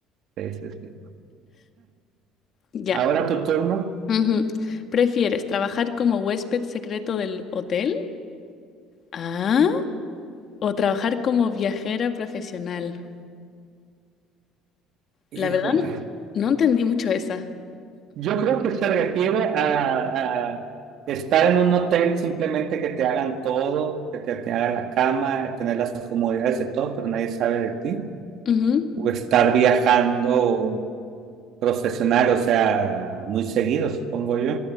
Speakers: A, on the right; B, on the left.
A: Sí, sí, sí.
B: Ya.
A: Ahora tu turno.
B: Ujú. ¿Prefieres trabajar como huésped secreto del hotel? Ah, o trabajar como viajera profesional.
A: Híjole.
B: La verdad no, no entendí mucho esa.
A: Yo creo que se refiere a, a estar en un hotel simplemente que te hagan todo, que te, te hagan la cama, tener las comodidades de todo, pero nadie sabe de ti.
B: Ujú,
A: o estar viajando profesional, o sea, muy seguido, supongo yo.